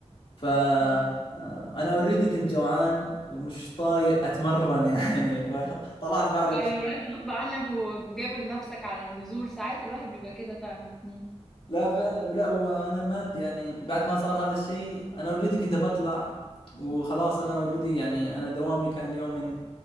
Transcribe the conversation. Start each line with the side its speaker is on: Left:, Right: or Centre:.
Left: ف آه،
Centre: اه
Left: انا اوريدي كنت جوعان ومش طايق اتمرن يعني <laughs> فطلعت بعدها
Centre: ايوه
Left: بش...
Centre: رايح غصب عنك وجابر نفسك على النزول ساعات الواحد بيبقى كده فعلا مم.
Left: لا فعلا ولا هو انا ما يعني بعد ما صار هذا الشيء انا اوريدي كنت بطلع وخلاص انا اوريدي يعني انا دوامي كان اليوم من